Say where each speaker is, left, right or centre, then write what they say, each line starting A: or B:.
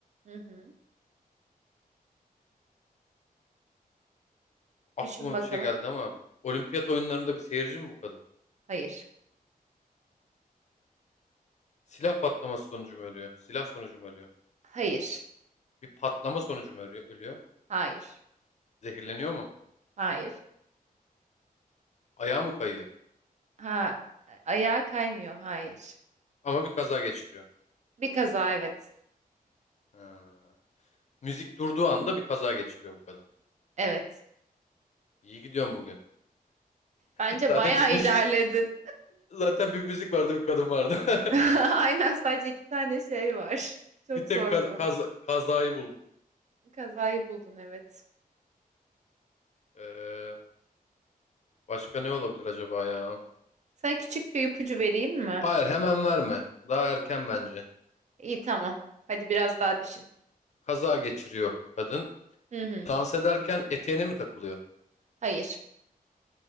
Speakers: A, on the right (about 50°); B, on the left (about 50°).
A: Hı hı.
B: Aklıma
A: Düşün bakalım.
B: bir şey geldi ama. Olimpiyat oyunlarında bir seyirci mi bu kadın?
A: Hayır.
B: Silah patlaması sonucu mu ölüyor? Silah sonucu mu ölüyor?
A: Hayır.
B: Bir patlama sonucu mu ölüyor? ölüyor?
A: Hayır.
B: Zehirleniyor mu?
A: Hayır.
B: Ayağı mı kayıyor?
A: Ha, ayağa kaymıyor. Hayır.
B: Ama bir kaza geçiriyor.
A: Bir kaza evet.
B: Ha. Müzik durduğu anda bir kaza geçiriyor bu kadın.
A: Evet.
B: İyi gidiyorum bugün. <laughs>
A: Bence
B: Zaten
A: bayağı
B: bir müzik
A: ilerledin.
B: zaten bir müzik vardı bir kadın vardı.
A: <laughs>
B: <laughs>
A: Aynen sadece iki tane şey var. <laughs> Çok
B: Bir tek
A: zor
B: kaz,
A: bu.
B: kaz- kazayı buldum.
A: Kazayı buldun evet.
B: Ee, başka ne olabilir acaba ya?
A: Sana küçük bir ipucu vereyim mi?
B: Hayır hemen verme. Daha erken bence.
A: İyi tamam. Hadi biraz daha düşün.
B: Kaza geçiriyor kadın.
A: Hı hı.
B: Dans ederken eteğine mi takılıyor?
A: Hayır.